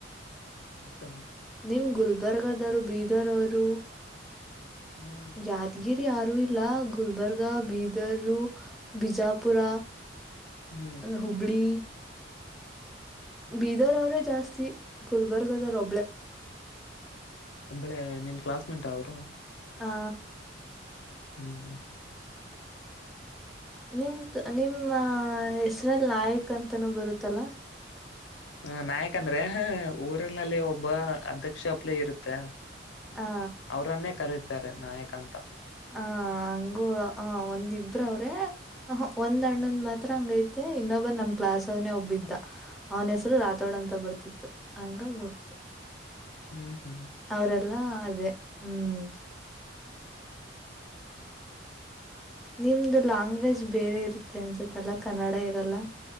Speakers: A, on the left; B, in the centre.
A: ಹೌದ
B: ನಿಮ್ ಗುಲ್ಬರ್ಗದವರು ಬೀದರ್ ಅವರು
A: ಹ್ಮ್
B: ಯಾದಗಿರಿ ಯಾರೂ ಇಲ್ಲ ಗುಲ್ಬರ್ಗ ಬೀದರು ಬಿಜಾಪುರ
A: ಹ್ಮ್
B: ಹುಬ್ಳಿ ಬೀದರ್ ಅವ್ರೇ ಜಾಸ್ತಿ ಗುಲ್ಬರ್ಗದವ್ರ್ ಒಬ್ಳೆ
A: ಒಬ್ಬಳೆ ನಿಮ್ ಕ್ಲಾಸ್ ಮೇಟ್ ಅವ್ರು?
B: ಹಾ
A: ಹ್ಮ್
B: ನಿಮ್ ನಿಮ್ಮ ಹೆಸರಲ್ ನಾಯಕ್ ಅಂತನೂ ಬರುತ್ತಲ್ಲಾ
A: ಹ್ಮ ನಾಯಕ ಅಂದ್ರೆ ಹ ಊರಿನಲ್ಲಿ ಒಬ್ಬ ಅಧ್ಯಕ್ಷ ಹಪ್ಲೆ ಇರುತ್ತೆ
B: ಆ
A: ಅವ್ರನ್ನೇ ಕರೀತಾರೆ ನಾಯಕ ಅಂತ
B: ಹ ಹಂಗೂ ಹ ಒಂದಿಬ್ರ ಅವ್ರೆ ಹ ಒಂದ್ ಅಣ್ಣಂದ್ ಮಾತ್ರ ಹಂಗೈತೆ ಇನ್ನೊಬ್ಬ ನಮ್ ಕ್ಲಾಸ್ ಅವ್ನನೆ ಒಬ್ಬಿದ್ದ ಅವನ ಹೆಸರು ರಾತೋಡಂತ ಬರ್ತಿತ್ತು ಹಂಗಾಗಿ ಗೊತ್ತು.
A: ಹ್ಮ್ ಹ್ಮ್
B: ಅವರೆಲ್ಲಾ ಅದೇ ಹ್ಮ್ ನಿಮ್ದು ಲ್ಯಾಂಗ್ವೇಜ್ ಬೇರೆ ಇರುತ್ತೆ ಅನ್ಸತ್ತಲ್ಲ ಕನ್ನಡ ಇರಲ್ಲ.